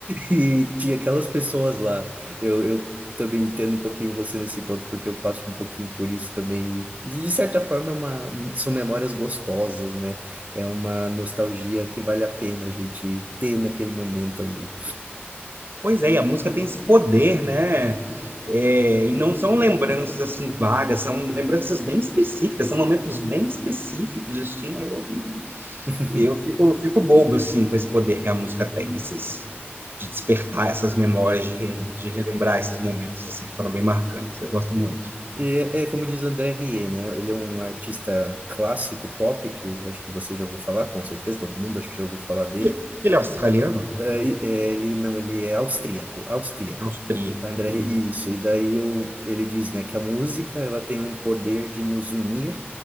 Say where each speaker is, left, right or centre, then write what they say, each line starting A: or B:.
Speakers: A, on the right; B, on the right.
A: E tinha aquelas pessoas lá. Eu, eu também entendo um pouquinho você nesse ponto, porque eu passo um pouquinho por isso também. E, de certa forma, é uma, são memórias gostosas, né? É uma nostalgia que vale a pena a gente ter naquele momento ali.
B: Pois é, e a música tem esse poder, né? É, e não são lembranças assim vagas, são lembranças bem específicas, são momentos bem específicos, assim, aí eu
A: <laughs>
B: Eu fico, fico bobo, assim, com esse poder que a música tem, nesses, de despertar essas memórias, de, re-
A: Uhum.
B: de relembrar esses momentos, assim, que foram bem marcantes. Eu gosto
A: E,
B: muito.
A: e é, é como diz o André Rie, né? Ele é um artista clássico pop, que acho que você já ouviu falar, com certeza, todo mundo acho que já ouviu falar dele.
B: E ele é australiano?
A: Eh, Ele não, ele é austríaco, austríaco.
B: Austríaco.
A: André,
B: Hum,
A: isso. E daí eu, ele diz, né, que a música ela tem um poder de nos unir